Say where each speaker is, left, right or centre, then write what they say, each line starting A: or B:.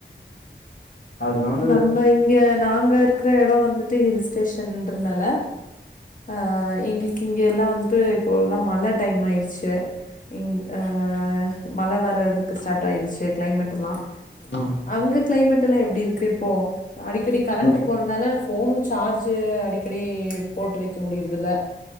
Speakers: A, on the left; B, on the left.
A: அதனால
B: இப்ப நம்ப இங்க நாங்க இருக்குற எடோ வந்துட்டு ஹில் ஸ்டேஷன்றதுனால அ எங்ளுக்கு இங்க எல்லா வந்துட்டு இப்போ எல்லா மழ டைம் ஆயிடுச்சு இங் அ மழ வரதுக்கு ஸ்டார்ட் ஆயிடுச்சு கிளைமேட் எல்லா
A: ஆ
B: அங்க கிளைமேட் எல்லா எப்டி இருக்கு இப்போ அடிக்கடி கரண்ட்டு
A: ம்
B: போறனால ஃபோனும் சார்ஜு அடிக்கடி போட்டு வைக்க முடியிறதில்ல